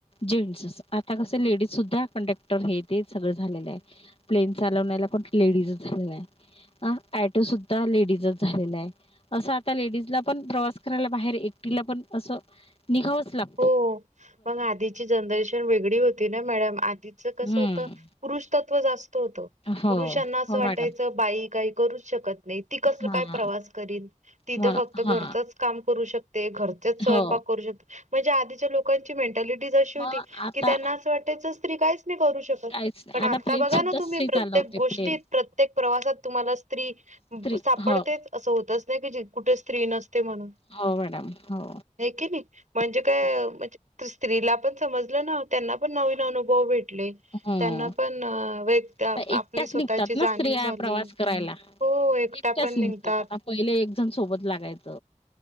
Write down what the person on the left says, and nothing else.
जेंट्स आता कस लेडीज सुद्धा कंडक्टर हे ते सगळं झालेल आहे. प्लेन चालवण्याला पण लेडीज झालेला आहे. ऑटो सुद्धा आता लेडीजच झालेला आहे. अस आता लेडीजला पण प्रवास करायला बाहेर एकटीला पण अस निघावच लागत.
हम्म
हो
हो
मॅडम
हा
म
हा
हो
मग
आता
काहीच नाही
प्लेन
सुद्धा
स्त्री
चालवते
प्लेन
स्त्री
हो
हो मॅडम हो.
हो
हम्म
आता एकट्याच
निघतात
ना स्त्रिया
प्रवास करायला
एकट्याच
आता पहिले एकजण सोबत लागायच.